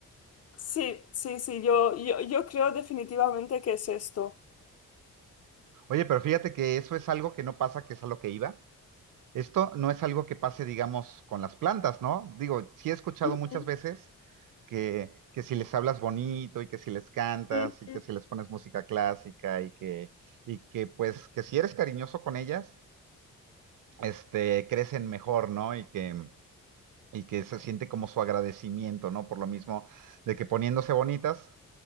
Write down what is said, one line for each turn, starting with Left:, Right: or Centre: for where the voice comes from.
Left: Sí, sí, sí, yo, yo, yo creo definitivamente que es esto.
Right: Oye, pero fíjate que eso es algo que no pasa, que es a lo que iba. Esto no es algo que pase, digamos, con las plantas, ¿no? Digo, sí he escuchado
Left: Ujú,
Right: muchas veces que, que si les hablas bonito y que si les cantas
Left: ujú.
Right: y que si les pones música clásica y que, y que pues que si eres cariñoso con ellas, este, crecen mejor, ¿no? Y que, y que se siente como su agradecimiento, ¿no? Por lo mismo de que poniéndose bonitas,